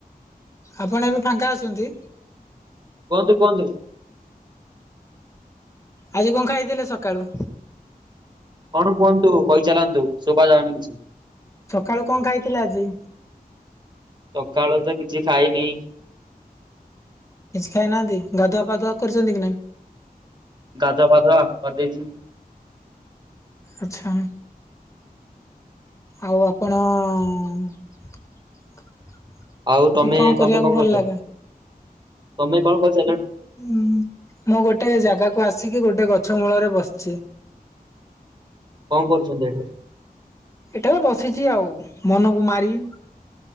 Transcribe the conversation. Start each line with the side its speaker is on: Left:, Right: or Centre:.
Left: ଆପଣ ଏବେ ଫାଙ୍କା ଅଛନ୍ତି?
Right: କୁହନ୍ତୁ କୁହନ୍ତୁ।
Left: ଆଜି କଣ ଖାଇଥିଲେ ସକାଳୁ?
Right: କଣ କୁହନ୍ତୁ କହିଚାଲନ୍ତୁ ଶୁଭା ଯାଉନି କିଛି।
Left: ସକାଳୁ କଣ ଖାଇଥିଲେ ଆଜି?
Right: ସକାଳୁ ତ କିଛି ଖାଇନି।
Left: କିଛି ଖାଇ ନାହାଁନ୍ତି ଗାଧୁଆ ପାଧୁଆ କରିଛନ୍ତି କି ନାଇଁ?
Right: ଗାଧୁଆ ପାଧୁଆ କରିଦେଇଛି।
Left: ଆଚ୍ଛା। ଆଉ ଆପଣ-ଅ <unintelligible>
Right: ଆଉ ତମେ
Left: କ କଣ କରିବାକୁ
Right: ତମେ
Left: ଭଲ
Right: କରୁଛ
Left: ଲାଗେ?
Right: ତମେ କଣ କରି
Left: <unintelligible> ହୁ ମୁଁ ଗୋଟେ ଜାଗାକୁ ଆସିକି ଗୋଟେ ଗଛ ମୂଳରେ ବସିଛି।
Right: କଣ କରୁଛନ୍ତି ଏଠୁ?
Left: ଏଟାରେ ବସିଛି ଆଉ ମନକୁ ମାରି।